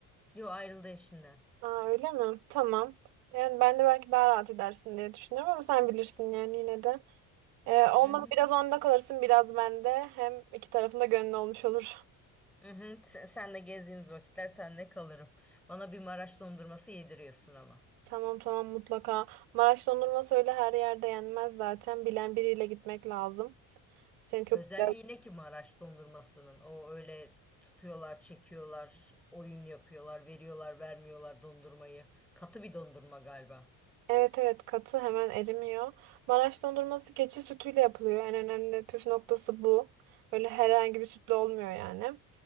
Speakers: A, in the centre; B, on the right.
A: Yo ayrıldı eşinden.
B: Aa, öyle mi? Tamam. Yani ben de belki daha rahat edersin diye düşünüyorum ama sen bilirsin yani yine de. Ee, olmadı
A: Hı hı.
B: biraz onda kalırsın biraz bende. Hem iki tarafında gönlü olmuş olur.
A: Hı hı. Sen, senle gezdiğimiz vakitler senle kalırım. Bana bir Maraş dondurması yediriyorsun ama.
B: Tamam tamam mutlaka. Maraş dondurması öyle her yerde yenmez zaten. Bilen biriyle gitmek lazım. Seni çok
A: Özelliği
B: güzel.
A: ne ki Maraş dondurmasının? O öyle tutuyorlar, çekiyorlar, oyun yapıyorlar, veriyorlar, vermiyorlar dondurmayı. Katı bir dondurma galiba.
B: Evet evet katı hemen erimiyor. Maraş dondurması keçi sütüyle yapılıyor. En önemli püf noktası bu. Öyle herhangi bir sütle olmuyor yani.